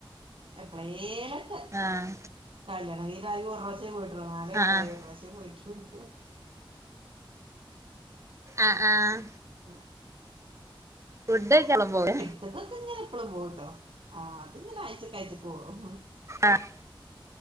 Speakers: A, on the right (about 75°); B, on the right (about 30°).
A: എപ്പളേലൊക്കെ
B: ആഹ്
A: കല്യാണം കയ്ഞ്ഞാകെ ഒര് പ്രാശ്യേ പോയിട്ടൊള്ളു, നാല് കൊല്ലായി
B: ആഹ് ആഹ്
A: ഒര് പ്രാവശ്യേ പോയിട്ടുള്ളു
B: അ ആഹ്
A: അ
B: ഫുഡ്ഡയ്ക്കാ <unintelligible> ല്ലം പോവേ
A: പൊർത്ത്ക്കൊക്കെങ്ങനെ എപ്പളും പോവുട്ടോ. ആഹ് അത്ങ്ങനെ ആയ്ച്ചക്കായ്ച്ചക്ക് പോവും.
B: ആഹ്